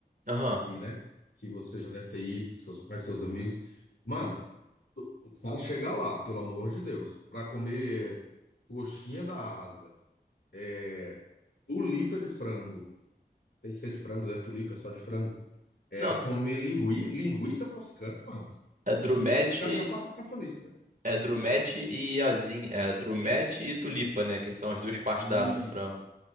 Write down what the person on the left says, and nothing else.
Que, né? Que você já deve ter ido, seus pais, seus amigos. Mano, O cara chega lá, pelo amor de Deus, para comer coxinha da asa, é, tulipa de frango. Tem que ser de frango, né? Tulipa é só de frango. É
comer lingui... linguiça toscana, mano.
Que, que, que os caras já passam passando isso, né?
É.
Isso.